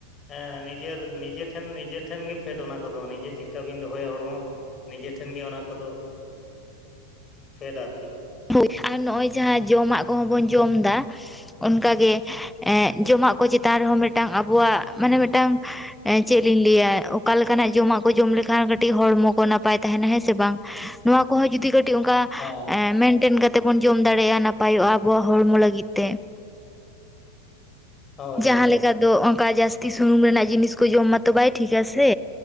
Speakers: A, on the left; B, in the centre.
A: ᱦᱮᱸ ᱱᱤᱡᱮᱨ ᱱᱤᱡᱮ ᱴᱷᱮᱱ, ᱱᱤᱡᱮ ᱴᱷᱮᱱ ᱜᱮ ᱯᱷᱮᱰ ᱚᱱᱟ ᱠᱚᱫᱚ, ᱱᱤᱡᱮ ᱪᱮᱫᱠᱟ ᱵᱤᱱ ᱫᱚᱦᱚᱭᱟ ᱦᱚᱲᱢᱚ᱾ ᱱᱤᱡᱮ ᱴᱷᱮᱱ ᱜᱮ ᱚᱱᱟ ᱠᱚᱫᱚ ᱯᱷᱮᱰ ᱟᱨᱠᱤ,
B: ᱦᱳᱭ, ᱟᱨ ᱱᱚᱶᱭ ᱡᱟᱦᱟᱸ ᱡᱚᱢᱟᱜ ᱠᱚᱦᱚᱸ ᱵᱚᱱ ᱡᱚᱢ ᱮᱫᱟ ᱚᱱᱠᱟ ᱜᱮ ᱮᱸᱜ ᱡᱚᱢᱟᱜ ᱠᱚ ᱪᱮᱛᱟᱱ ᱨᱮᱦᱚᱸ ᱢᱮᱫᱴᱟᱝ, ᱟᱵᱚᱣᱟᱜ ᱢᱟᱱᱮ ᱢᱤᱫᱴᱟᱝ, ᱮ ᱪᱮᱫ ᱞᱤᱧ ᱞᱟᱹᱭᱟ, ᱚᱠᱟ ᱞᱮᱠᱟᱱᱟᱜ ᱡᱚᱢᱟᱜ ᱠᱚ ᱡᱚᱢ ᱞᱮᱠᱷᱟᱱ ᱠᱟᱹᱴᱤᱡ ᱦᱚᱲᱢᱚ ᱠᱚ ᱱᱟᱯᱟᱭ ᱛᱟᱦᱮᱱᱟ ᱦᱮᱸ ᱥᱮ ᱵᱟᱝ, ᱱᱚᱣᱟ ᱠᱚᱦᱚᱸ ᱡᱩᱫᱤ ᱠᱟᱹᱴᱤᱡ ᱚᱱᱠᱟ-'
A: ᱦᱮᱸ,
B: ᱢᱮᱱᱴᱮᱱ ᱠᱟᱛᱮᱜ ᱵᱚᱱ ᱡᱚᱢ ᱫᱟᱲᱮᱭᱟᱜᱼᱟ, ᱱᱟᱯᱟᱭᱚᱜᱼᱟ ᱟᱵᱚᱣᱟᱜ ᱦᱚᱲᱢᱚ ᱞᱟᱹᱜᱤᱫ ᱛᱮ᱾
A: ᱦᱳᱭ
B: ᱡᱟᱦᱟᱸ
A: ᱦᱳᱭ ᱦᱳᱭ
B: ᱞᱮᱠᱟ ᱫᱚ ᱚᱱᱠᱟ ᱡᱟᱥ ᱛᱤ ᱥᱩᱱᱩᱢ ᱨᱮᱱᱟᱜ ᱡᱤᱱᱤᱥ ᱠᱚ ᱡᱚᱢ ᱢᱟᱛᱚ ᱵᱟᱭ ᱴᱦᱤᱠᱟ ᱥᱮ,